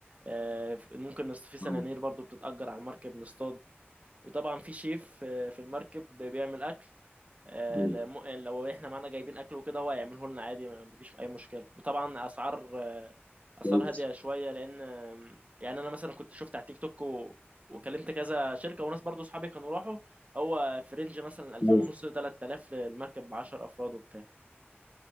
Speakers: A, on the right; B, on the left.
A: آه، ممكن نص- في سنانير
B: آه،
A: برضو بتتأجر على المركب نصطاد وطبعا في شيف آه، في المركب بيعمل أكل آه،
B: آه،
A: لم- لو احنا معانا جايبين اكل وكده هو هيعمله لنا عادي ما- مفيش اي مشكله وطبعا اسعار اسعار
B: كويس
A: هاديه شويه لان يعني انا مثلا كنت شفت على التيك توك و... وكلمت كذا شركه وناس برضو صحابي كانوا راحوا هو في رينج مثلا 2000
B: كويس.
A: ونص 3000 للمركب ب 10 افراد وبتاع